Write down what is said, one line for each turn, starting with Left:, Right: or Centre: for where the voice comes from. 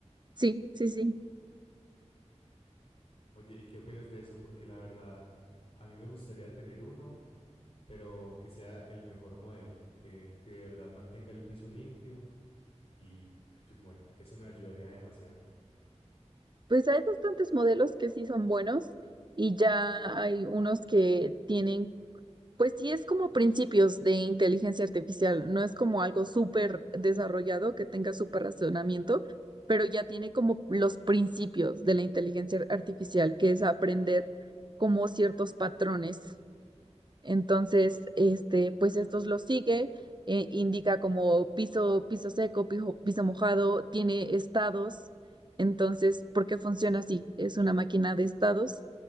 Right: Sí, sí, sí.
Left: Oye, ¿y qué opinas de eso? Porque la verdad, a mí me gustaría tener uno, pero que sea el mejor modelo, que, que de verdad mantenga el piso limpio y pues bueno, eso me ayudaría demasiado.
Right: Pues hay bastantes modelos que sí son buenos y ya hay unos que tienen Pues sí, es como principios de inteligencia artificial, no es como algo súper desarrollado que tenga súper razonamiento, pero ya tiene como los principios de la inteligencia artificial, que es aprender como ciertos patrones. Entonces, este, pues estos los sigue, eh, indica como piso, piso seco, piso, piso mojado, tiene estados. Entonces, ¿por qué funciona así? Es una máquina de estados